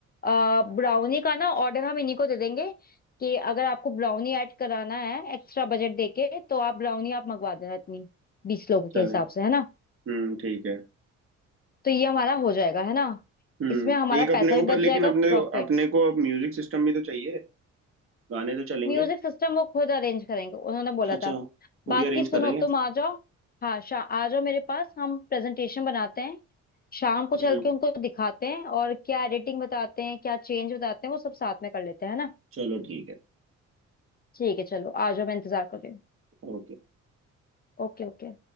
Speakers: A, on the left; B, on the right.
A: आ, ब्राउनी का ना ऑर्डर हम इन्हीं को दे देंगे कि अगर आपको ब्राउनी ऐड कराना है एक्स्ट्रा बजट देके तो आप ब्राउनी आप मंगवा देना इतनी बीस लोगों
B: चलो
A: के हिसाब से है ना
B: हम्म ठीक है
A: तो ये हमारा हो जाएगा है ना
B: हम्म
A: इसमें हमारा
B: एक अपने
A: पैसा
B: को
A: भी
B: पर
A: बच
B: लेकिन
A: जाएगा
B: अपने
A: प्रॉफिट
B: अपने को अब म्यूजिक सिस्टम भी तो चाहिए गाने तो चलेंगे
A: म्यूजिक सिस्टम वो खुद अरेंज करेंगे उन्होंने बोला
B: अच्छा
A: था
B: खुद
A: बाकी
B: ही अरेंज
A: सुनो
B: कर रहे हैं
A: तुम आ जाओ हाँ शा आ जाओ मेरे पास हम प्रेजेंटेशन बनाते हैं शाम को
B: हम्म
A: चल के उनको दिखाते हैं और क्या एडिटिंग बताते हैं क्या चेंज बताते हैं वो सब साथ में कर लेते हैं है ना
B: चलो ठीक है
A: ठीक है चलो आ जाओ मैं इंतजार कर रही हूँ
B: ओके
A: Okay okay